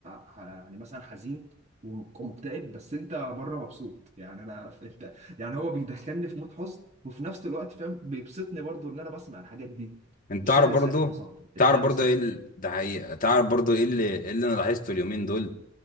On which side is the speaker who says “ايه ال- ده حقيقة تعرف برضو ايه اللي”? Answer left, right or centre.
Left